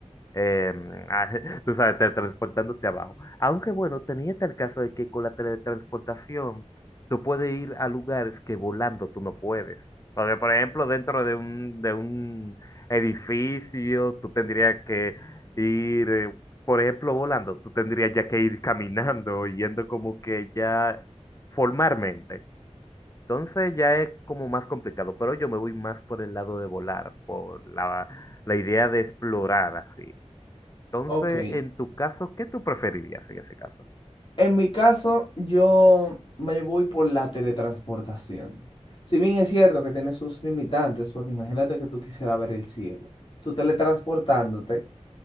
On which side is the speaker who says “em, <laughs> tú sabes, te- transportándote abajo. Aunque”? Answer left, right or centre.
Left